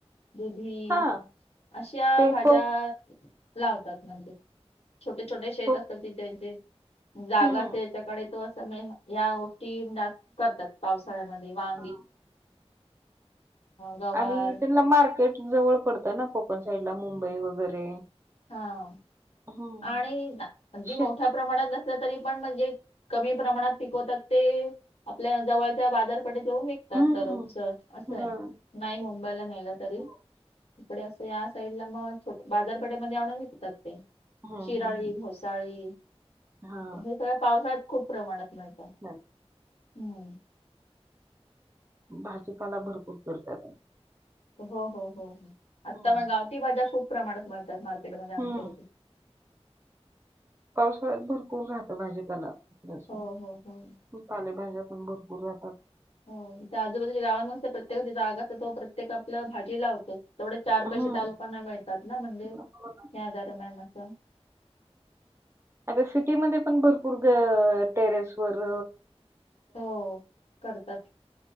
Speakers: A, on the left; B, on the right.
A: दुधी
B: हा
A: अशा
B: ते
A: भाज्या
B: कोक
A: लावतात म्हणजे. छोटे छोटे, शेत
B: कोक
A: असतात ती त्यांचे जागा
B: हम्म
A: असेल तर हिकडे तो अस मेन हया गोष्टी जास्त करतात पाऊस फळामध्ये वा
B: ह
A: गवार
B: आणि त्यांना मार्केट जवळ पड तना कोकण साईड ला मुंबई वगैरे
A: हा
B: हम्म
A: आणि अगदी
B: शेत
A: मोठ्या प्रमाणात नसलं तरी पण म्हणजे कमी प्रमाणात पिकवतात ते, आपल्या जवळच्या बाजारपेठेत जाऊन विक तात
B: हम्म
A: दररोजच, असं
B: हम्म
A: आहे. नाही मुंबईला नेल तरी,
B: हम्म
A: इकडे असं या साईडला मग छोट बाजार इकडे म्हणजे आणून विकतात ते.
B: हम्म
A: शीराळी,
B: हम्म.
A: घोसाळी
B: हा
A: हे सगळ पावसाळ्यात खूप प्रमाणात मिळत.
B: हम्.
A: हम्म.
B: भाजीपाला भरपूर करता काय?
A: हो हो हो आता
B: हम्म
A: पण गावठी भाज्या खूप प्रमाणात मिळतात मार् मार्केटमध्ये आमच्या
B: हम्म
A: इथे,
B: पावसाळ्यात भरपूर राहतं भाजीपला तशा,
A: हो हो हो
B: पालेभाज्या पण भरपूर राहतात.
A: हो इथे आजूबाजूच्या गावांना कस प्रत्येकाची जागा असतो प्रत्येक आपलं भाजी लावतोच. तेवढे चार
B: हं,
A: पैसे त्या लोकांना मिळतात ना, म्हणजे
B: हो
A: त्या
B: ना.
A: दरम्यान असं
B: आता सिटीमध्ये पण भरपूर टेरेस वर
A: हो करतात